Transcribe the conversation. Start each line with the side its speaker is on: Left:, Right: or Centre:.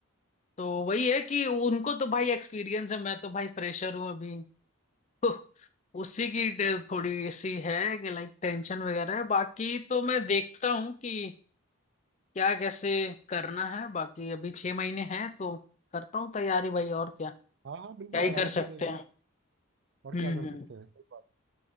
Left: तो वही है कि उनको तो भाई एक्सपीरियंस है मैं तो भाई फ्रेशर हूँ अभी <laughs> तो उसी की टे- थोड़ी सी है कि लाइक टेंशन वगैरह है बाकी तो मैं देखता हूँ कि क्या कैसे करना है बाकी अभी छह महीने हैं तो करता हूँ तैयारी भाई और क्या
Right: हाँ हाँ
Left: क्या
Right: बिल्कुल
Left: ही
Right: आराम
Left: कर सकते
Right: से देखो
Left: हैं
Right: और
Left: हम्म
Right: क्या कर सकते
Left: हम्म
Right: हैं सही बात